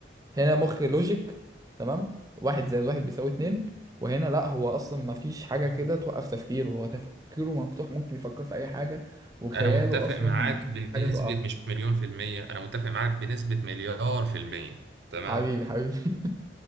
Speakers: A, on the right; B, on the right.
A: هنا مخ لوجيك تمام واحد زائد واحد بيساوي اتنين وهنا لا هو اصلا ما فيش حاجه
B: جدا
A: كده توقف تفكيره هو تفكيره مفتوح ممكن يفكر في اي حاجه وخياله
B: انا متفق
A: اصلا
B: معاك
A: ما
B: بنسبه
A: فيش حاجه توقفه
B: مش مليون في الميه انا متفق معاك بنسبه مليار في الميه تمام
A: حبيبي حبيبي <laughs>